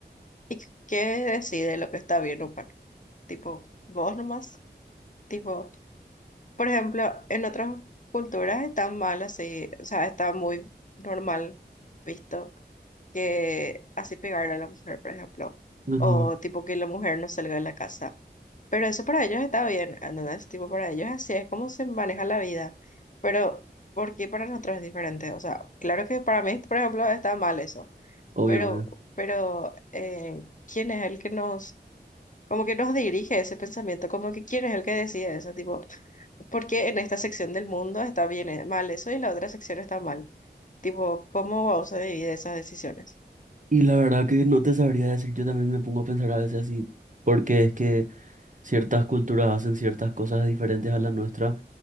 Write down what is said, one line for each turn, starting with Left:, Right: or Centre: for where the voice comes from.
Left: y qué decide lo que está bien o mal? Tipo, vos nomás, tipo... Por ejemplo, en otras culturas está mal así, o sea, está muy normal visto que así pegarle a la mujer, por ejemplo,
Right: Ajá,
Left: o tipo que la mujer no salga de la casa. Pero eso para ellos está bien, ¿entendés? Tipo, para ellos así es como se maneja la vida. Pero, ¿por qué para nosotros es diferente? O sea, claro que para mí, por ejemplo, está mal eso,
Right: obvio,
Left: pero,
Right: obvio.
Left: pero eh, ¿quién es el que nos, como que nos dirige ese pensamiento? Como que ¿quién es el que decide eso? Tipo... Porque en esta sección del mundo está bien, eh, mal eso y la otra sección está mal. Tipo, ¿cómo vamos a dividir esas decisiones?
Right: Y la verdad que no te sabría decir, yo también me pongo a pensar a veces así, porque es que ciertas culturas hacen ciertas cosas diferentes a la nuestra